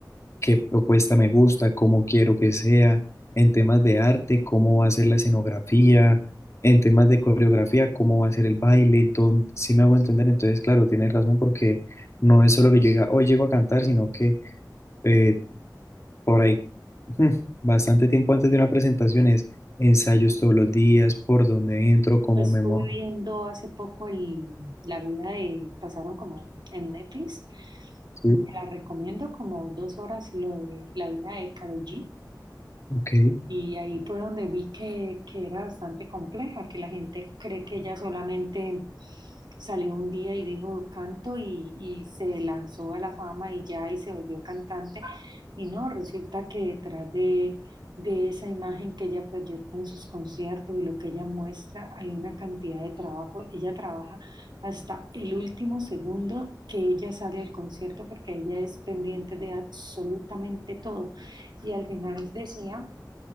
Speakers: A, on the left; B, on the right.
A: qué propuesta me gusta, cómo quiero que sea, en temas de arte, cómo va a ser la escenografía, en temas de coreografía, cómo va a ser el baile, dónde, si me hago entender, entonces claro, tienes razón porque no es solo que yo diga, hoy llego a cantar, sino que eh, por ahí mm, bastante tiempo antes de una presentación es ensayos todos los días, por dónde entro, cómo
B: Yo Estuve
A: me muevo.
B: viendo hace poco el, la vida de, pasaron como en, en Netflix,
A: Sí,
B: te la recomiendo como dos horas lo de la vida de Karol G.
A: ok,
B: Y ahí fue donde vi que, que era bastante compleja, que la gente cree que ella solamente salió un día y dijo canto y, y se lanzó a la fama y ya y se volvió cantante. Y no, resulta que detrás de, de esa imagen que ella proyecta en sus conciertos y lo que ella muestra, hay una cantidad de trabajo. Ella trabaja hasta el último segundo que ella sale al concierto porque ella es pendiente de absolutamente todo. Y al final decía